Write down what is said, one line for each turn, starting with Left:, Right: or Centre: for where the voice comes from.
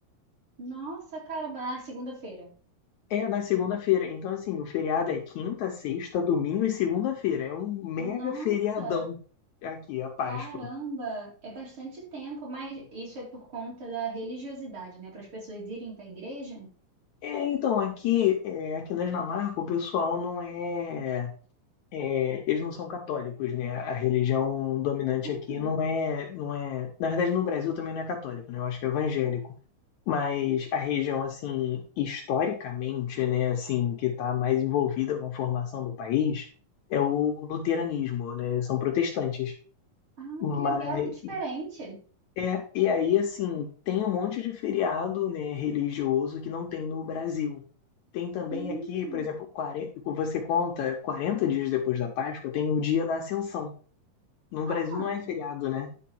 Right: Nossa, cara, na segunda-feira.
Left: É na segunda-feira. Então, assim, o feriado é quinta, sexta, domingo e segunda-feira. É um mega
Right: Nossa,
Left: feriadão aqui, a Páscoa.
Right: caramba, é bastante tempo, mas isso é por conta da religiosidade, né? Para as pessoas irem para a igreja.
Left: É, então, aqui, é, aqui na Dinamarca, o pessoal não é, é, Eles não são católicos, né? A religião dominante
Right: Hum,
Left: aqui não é, não é. Na verdade, no Brasil também não é católico, né? Eu acho que é evangélico. Mas a região, assim, historicamente, né, assim, que está mais envolvida com a formação do país é o luteranismo, né? São protestantes.
Right: Ah,
Left: Mas,
Right: que legal, que diferente.
Left: é, e aí, assim, tem um monte de feriado, né, religioso que não tem no Brasil. Tem também
Right: Hum,
Left: aqui, por exemplo, 40, você conta 40 dias depois da Páscoa, tem o dia da Ascensão. No
Right: ah,
Left: Brasil não é feriado, né?